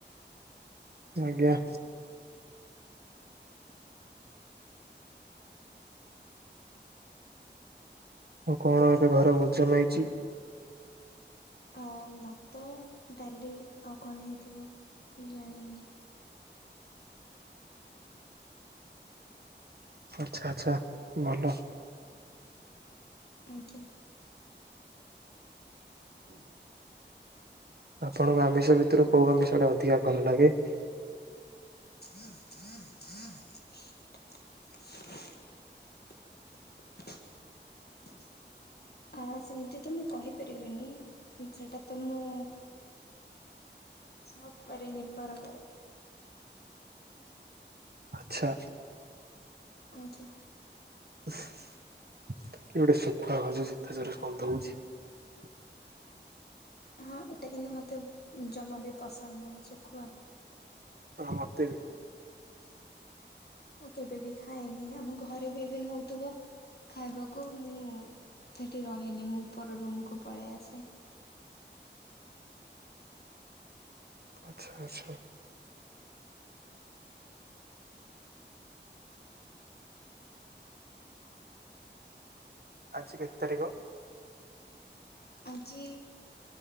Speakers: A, on the right; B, on the left.
A: ଆଜ୍ଞା। ଆଉ କଣ ଏବେ ଘରେ ଭୋଜୋନ ହେଇଛି।
B: ଆଉ ଭାତ ଡାଲି ଆଉ କଣ ହେଇଥିବ ଜାଣିନି।
A: ଆଚ୍ଛା ଆଚ୍ଛା ଭଲ।
B: ଆଜ୍ଞା।
A: ଆପଣଙ୍କୁ ଆମିଷ ଭିତରୁ କୋଉ ଆମିଷ ଟା ଅଧିକା ଭଲ ଲାଗେ।
B: <inaudible> <inaudible> ଆ ସେମିତି ତ ମୁଁ କହିପାରିବିନି ଉଁ ସେଟା ତ ମୁଁ ଇଚ୍ଛା ଉପରେ ନିର୍ଭର କରେ।
A: ଆଚ୍ଛା।
B: ଆଜ୍ଞା।
A: କିଏ ଗୋଟେ ସୁଖୁଆ ଭାଜୁଚି ଏତେ ଜୋରେ ଗନ୍ଧୋଉଚି।
B: ହଁ ଏଟା କିନ୍ତୁ ମତେ ଜମା ବି ପସନ୍ଦ ନୁହଁ ସୁଖୁଆ।
A: ହଁ ମତେ ବି।
B: ମୁଁ କେବେ ବି ଖାଏନି ଆମ ଘରେ ବି ଇଭେନ୍ ହୋଉଥୁବ। ଖାଇବାକୁ ମୁଁ ସେଠି ରହେନି ମୁଁ ଉପର ରୁମକୁ ପଳେଇ ଆସେ।
A: ଆଚ୍ଛା ଆଚ୍ଛା। ଆଜି କେତେ ତାରିକ।
B: ଆଜି